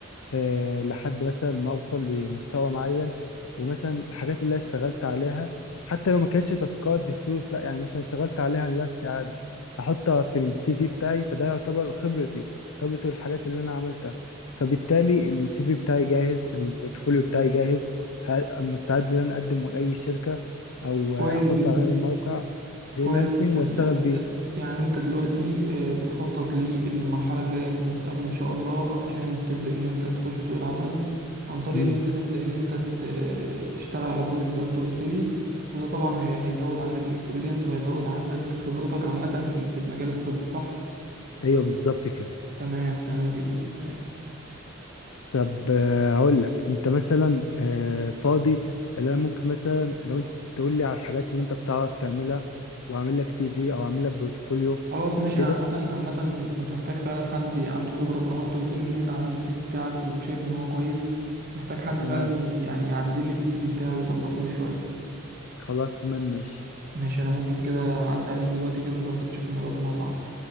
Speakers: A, on the left; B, on the right.
A: آه، لحد مثلا ما اوصل لمستوى معين ومثلا الحاجات اللي أنا اشتغلت عليها حتى لو ما كانش تاسكات بفلوس لا يعني مثلا اشتغلت عليها لنفسي عادي احطها في السي في بتاعي فده يعتبر خبرتي خبرتي والحاجات اللي انا عملتها فبالتالي السي في بتاعي جاهز البورتفوليو بتاعي جاهز ه- مستعد ان انا اقدمه لاي شركة او
B: كويس
A: آه، احطه
B: جدا
A: على اي موقع فريلانسنج
B: كويس جدا
A: واشتغل
B: يعني انت
A: بيه
B: يعني انت دلوقتي آه، بتخطط للمرحلة الجاية في المستقبل ان شاء الله عشان تبدأ ان انت تخش سوق العمل عن طريق
A: امم
B: ان انت تبدأ ان انت ت- تشتغل على بروجكت زي ما انت قلت لي وده طبعا هي- هيزود عندك الاكسبيرينس وهيزود عندك خبرتك عامة في ال- في المجال الطبي صح؟
A: ايوه بالظبط كده
B: تمام تمام جدا تمام
A: طب آه، هقول لك انت مثلا آه، فاضي اللي انا ممكن مثلا لو انت تقول لي على الحاجات اللي انت بتعرف تعملها واعمل لك سي في او اعمل لك بورتفوليو
B: خلاص ماشي
A: كده
B: انا عامه عامه كنت محتاج فعلا حد عنده خبره طالما انت بتقولي ان انت عملت السي في بتاعك وشايف ان هو كويس محتاج حد
A: تمام
B: فعلا ي- يعني يعدل لي في السي في بتاعي ويظبطه لي شويه
A: خلاص تمام ماشي
B: ماشي انا ممكن كده اعدي عليك دلوقتي كده نظبط نشوف الموضوع ده مع بعض